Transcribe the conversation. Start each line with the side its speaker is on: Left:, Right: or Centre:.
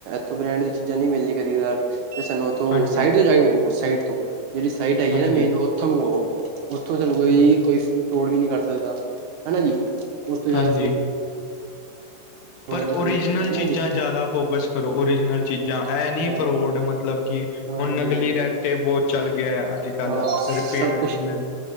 Right: ਥੋ ਬ੍ਰੈਂਡ ਦੀ ਚੀਜ਼ਾਂ ਨੀ ਮਿਲਦੀ ਕਦੀ-ਕਦਾਰ ਤੇ ਸਾਨੂੰ ਉੱਥੋਂ
Left: ਹਾਂਜੀ
Right: ਸਾਈਡ ਤੇ ਜਾਕੇ ਸਾਈਟ ਤੋਂ! ਜੇੜੀ ਸਾਈਡ ਹੈਗੀ
Left: ਹਾਂਜੀ
Right: ੲੈ ਨਾ, ਮੇਨ ਉਥੋਂ ਮਗਵਾਓ! ਉੱਥੋਂ ਸਾਨੂੰ ਕੋਈ-ਕੋਈ
Left: ਹੂੰ
Right: ਫਰੋਡ ਵੀ ਨੀ ਕੱਰ ਸਕਦਾ, ਹਨਾ ਜੀ! ਉਸਤੋਂ ਜਾਦਾ
Left: ਹਾਂਜੀ
Right: ਫ
Left: ਪਰ
Right: ਤੁਸੀਂ
Left: ਓਰੀਜਨਲ
Right: ਵੇਖੇ ਹੋਣੇ ਹਨਾ
Left: ਚੀਜ਼ਾਂ
Right: ਜੀ
Left: ਜ਼ਾਦਾ ਫੋਕਸ ਕਰੋ। ਓਰੀਜਨਲ ਚੀਜ਼ਾਂ
Right: ਹਾਂ
Left: ੲੈ, ਨੀ ਫਰੋਡ ਮਤਲਬ ਕਿ।
Right: ਹਾਂਜੀ
Left: ਹੁਣ ਨਗਲੀ
Right: ਹਾਂਜੀ
Left: ਰਾਟੇਬੋ ਚੱਲ ਗਿਆ ਅੱਜ। ਪੈਲਵ
Right: ਹਾਂ
Left: ਰਿਪੇਲ
Right: ਸਭ
Left: ਦਿੰਦੇ
Right: ਕੁਛ
Left: ਨੇ,